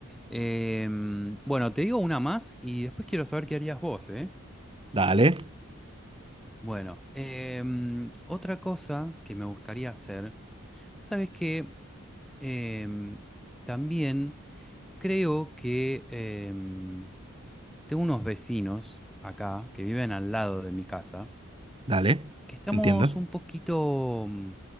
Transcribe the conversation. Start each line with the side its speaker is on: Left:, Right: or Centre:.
Centre: Em, bueno, te digo una más y después quiero saber qué harías vos, ¿eh?
Right: Dale,
Centre: Bueno, em, otra cosa que me gustaría hacer Sabes que em, también creo que em, tengo unos vecinos acá que viven al lado de mi casa,
Right: dale,
Centre: que estamos
Right: entiendo.
Centre: un poquito, mm,